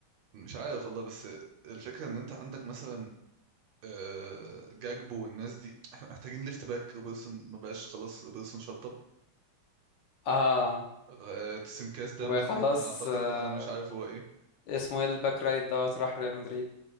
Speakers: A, on the right (about 70°); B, on the left (about 70°).
A: مش عارف والله بس الفكرة ان انت عندك مثلا آه، جاكبو والناس دي احنا محتاجين ليفت باك روبرتسون ما بقاش خلاص روبرتسون شطب
B: اه
A: آه، تسم كاس ده
B: وخلاص
A: مدمن اعتقد
B: آه
A: انا مش عارف هو ايه
B: اسمه ايه الباك رايت دوت راح ريال مدريد